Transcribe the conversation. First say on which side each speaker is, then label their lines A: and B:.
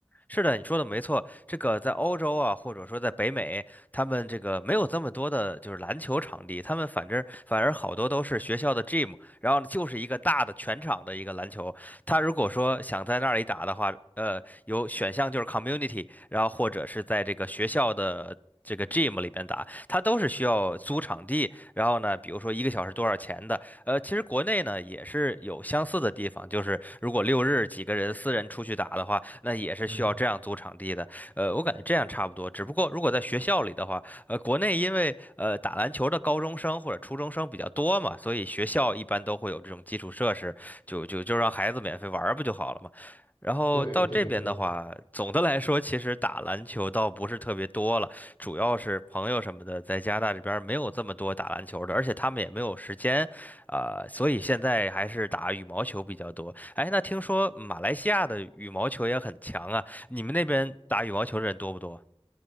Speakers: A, on the left (about 15°); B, on the left (about 45°).
A: 是的，你说的没错。这个在欧洲啊，或者说在北美，他们这个没有这么多的，就是篮球场地，他们反正反而好多都是学校的 gym，然后呢就是一个大的全场的一个篮球。他如果说想在那里打的话，呃，有选项就是 community，然后或者是在这个学校的。这个 gym 里边打，他都是需要租场地，然后呢，比如说一个小时多少钱的，呃，其实国内呢也是有相似的地方，就是如果六日几个人私人出去打的话，那也是需要这样租场地的。
B: 嗯，
A: 呃，我感觉这样差不多，只不过如果在学校里的话，呃，国内因为呃打篮球的高中生或者初中生比较多嘛，所以学校一般都会有这种基础设施，就就就让孩子免费玩儿不就好了嘛。然后到这边的话，
B: 对对对。
A: 总的来说，其实打篮球倒不是特别多了，主要是朋友什么的，在加拿大这边儿没有这么多打篮球的，而且他们也没有时间，啊、所以现在还是打羽毛球比较多。哎，那听说马来西亚的羽毛球也很强啊，你们那边打羽毛球的人多不多？